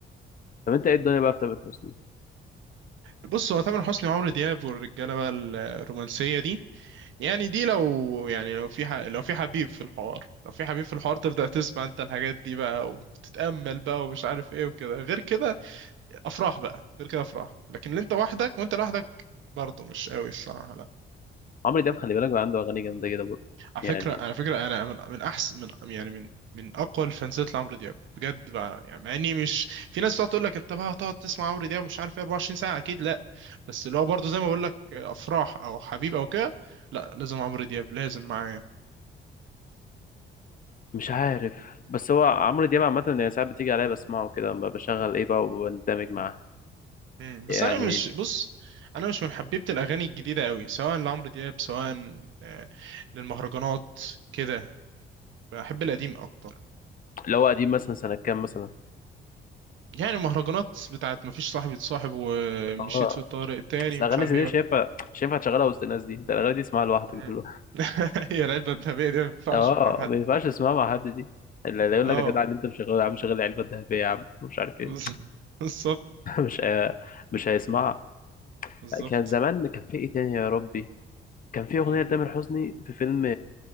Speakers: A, on the left; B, on the right.
A: طب انت ايه الدنيا بقى في تامر حسني
B: بص هو تامر حسني وعمرو دياب والرجالة بقى الرومانسية دي يعني دي لو يعني لو في ح... لو في حبيب في الحوار لو في حبيب في الحوار تبدأ تسمع انت الحاجات دي بقى وتتأمل بقى ومش عارف ايه وكده غير كده افراح بقى غير كده افراح لكن اللي انت وحدك وانت لوحدك برضه مش قوي الصراحه لا
A: عمرو دياب خلي بالك بقى عنده اغاني جامده كده برضه
B: على
A: يعني
B: فكره على فكره انا من من احسن من يعني من من اقوى الفانزات لعمرو دياب بجد بقى يعني مع اني مش في ناس بتقعد تقول لك انت بقى هتقعد تسمع عمرو دياب مش عارف ايه 24 ساعه اكيد لا بس اللي هو برضه زي ما بقول لك افراح او حبيب او كده لا لازم عمرو دياب لازم معايا
A: مش عارف بس هو عمرو دياب عامه يعني ساعات بتيجي عليا بسمعه كده لما بشغل ايه بقى وبندمج معاه
B: مم.
A: يعني
B: بس انا مش بص انا مش من حبيبه الاغاني الجديده قوي سواء لعمرو دياب سواء آه، للمهرجانات كده بحب القديم اكتر
A: لو قديم مثلا سنه كام مثلا
B: يعني مهرجانات بتاعت مفيش صاحب يتصاحب ومشيت
A: اه
B: في طارق تاني
A: بس اغاني
B: ومش عارف
A: زي
B: ايه
A: دي مش
B: ولا
A: هينفع مش هينفع تشغلها وسط الناس دي انت الاغاني دي تسمعها لوحدك
B: مم.
A: دلوقتي
B: <laughs> هي العلبة الذهبية دي ما ينفعش
A: <laughs> اه
B: مع حد
A: ما ينفعش تسمعها مع حد دي اللي اللي يقول
B: اه
A: لك يا جدع اللي انت مشغله يا عم شغل العلبه الذهبيه يا عم مش عارف ايه
B: بز- <laughs> بالظبط
A: <laughs> مش هي- مش هيسمعها
B: بالظبط
A: كان زمان كان في ايه تاني يا ربي كان في اغنيه
B: مم.
A: لتامر حسني في فيلم